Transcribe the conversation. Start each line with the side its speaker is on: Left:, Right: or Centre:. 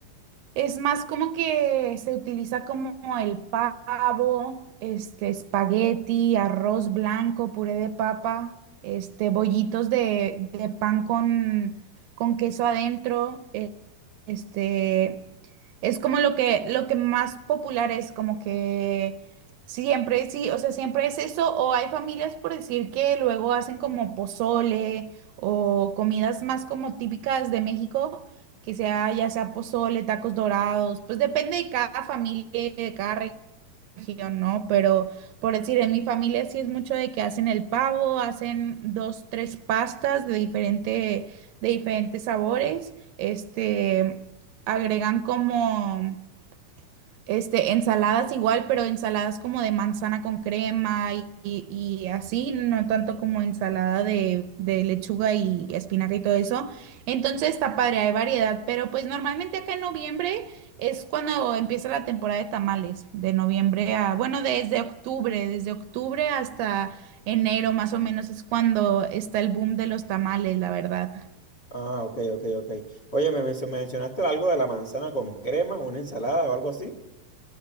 Right: Es más como que se utiliza como el pavo, este, espagueti, arroz blanco, puré de papa, este, bollitos de, de pan con, con queso adentro. eh, Este, es como lo que, lo que más popular es, como que siempre, sí, o sea, siempre es eso. O hay familias, por decir, que luego hacen como pozole o comidas más como típicas de México que sea ya sea pozole, tacos dorados, pues depende de cada familia y de cada región, ¿no? Pero por decir, en mi familia sí es mucho de que hacen el pavo, hacen dos, tres pastas de diferente, de diferentes sabores, este, agregan como este, ensaladas igual, pero ensaladas como de manzana con crema y, y- y así, no tanto como ensalada de, de lechuga y espinaca y todo eso. Entonces está padre, hay variedad, pero pues normalmente acá en noviembre es cuando empieza la temporada de tamales, de noviembre a, bueno, desde octubre, desde octubre hasta enero más o menos es cuando está el boom de los tamales, la verdad.
Left: Ah, ok, ok, ok. Oye, me mencio- mencionaste algo de la manzana con crema, una ensalada o algo así.